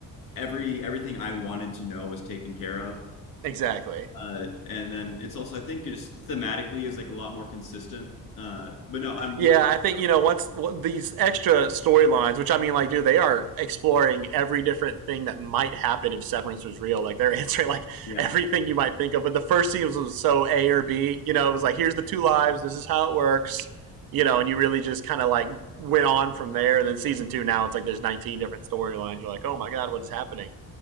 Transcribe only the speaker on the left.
every everything I wanted to know was taken care of.
Uh and then it's also I think just thematically is like a lot more consistent. Uh but no, I'm really
yeah.